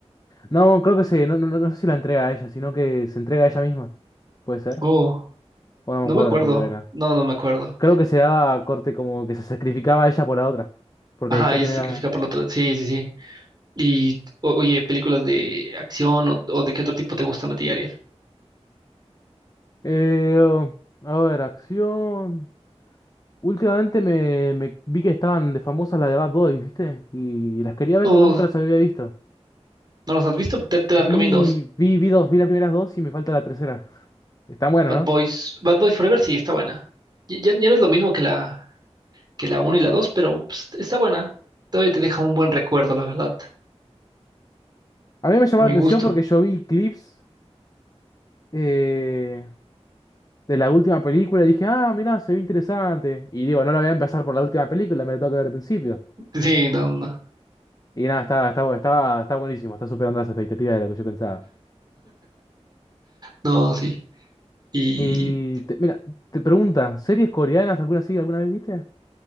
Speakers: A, on the left (about 35°); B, on the right (about 40°).
A: No, creo que se, no, no, no no sé si la entrega a ella, sino que se entrega a ella misma. ¿Puede ser?
B: Oh,
A: O no me
B: no
A: acuerdo
B: me acuerdo.
A: cómo era.
B: No, no me acuerdo.
A: Creo que se daba corte como que se sacrificaba ella por la otra. Porque
B: Ajá,
A: decía
B: ella
A: que
B: se
A: no iba.
B: sacrifica por la otra. Sí, sí, sí. Y, o- oye, películas de acción o, o de qué otro tipo te gustan a ti, Ariel.
A: Eh, a ver, acción. Últimamente me, me vi que estaban de famosas las de Bad Boys, ¿viste? Y las quería ver
B: Oh,
A: porque nunca las había visto.
B: ¿no los has visto? Te, te la
A: Vi,
B: recomiendo.
A: vi, vi dos, vi las primeras dos y me falta la tercera. Están buenas,
B: Bad
A: ¿no?
B: Boys. Bad Boys Forever sí está buena. Y- Ya, ya no es lo mismo que la, que la uno y la 2 pero pues, está buena. Todavía te deja un buen recuerdo, la verdad.
A: A mí me llamó
B: A
A: la
B: mi
A: atención
B: gusto.
A: porque yo vi clips eh, de la última película y dije, ah, mirá, se ve interesante. Y digo, no lo voy a empezar por la última película, me lo tengo que ver al principio.
B: Sí, no, no,
A: Y nada, está, está, bu- está, está buenísimo, está superando las expectativas de lo que yo pensaba.
B: no, sí. Y
A: Y te- mira, te pregunta, ¿series coreanas alguna así alguna vez viste?